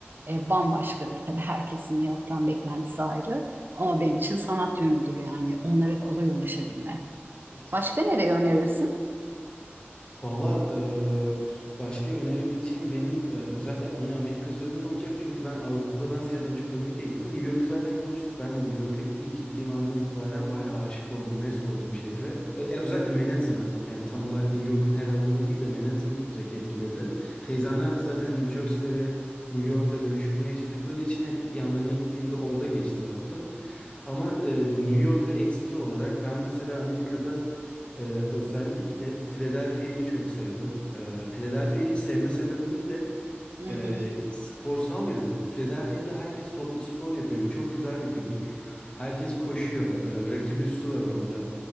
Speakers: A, on the right; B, on the left.
A: e, bambaşkadır. Tabii herkesin New York'tan beklentisi ayrı. Ama benim için sanat yönüdür yani. Onlara kolay ulaşabilme.
B: Evet.
A: Başka nereye önerirsin?
B: Valla e, başka önerebileceğim benim e, özellikle yine Amerika üzerinden olacak. Çünkü ben Avrupa'dan ziyade en çok Amerika'ya gittim. New York'u zaten konuştuk. Ben de New York'a ilk gittiğim andan itibaren bayağı aşık oldum, mest oldum şehre. Ö- ya özellikle Manhattan'a yani tam olarak New York'un her alanına değil de Manhattan direkt etkiledi. Teyzemler de zaten New Jersey'de ve New York'ta dönüşümlü yaşadıkları için hep yanlarına gittiğimde orada geçti vaktim. Ama e, New York'a ekstra olarak ben mesela Amerika'da ee, özellikle Philadelphia'yı çok sevdim. Ee, Philadelphia'yı sevme sebebim de
A: Hı
B: ee,
A: hı.
B: sporsal yönü. Philadelphia'da herkes toplu spor yapıyor. Bu çok güzel bir kültür. Herkes koşuyor. Ee, rakip üssü var orada.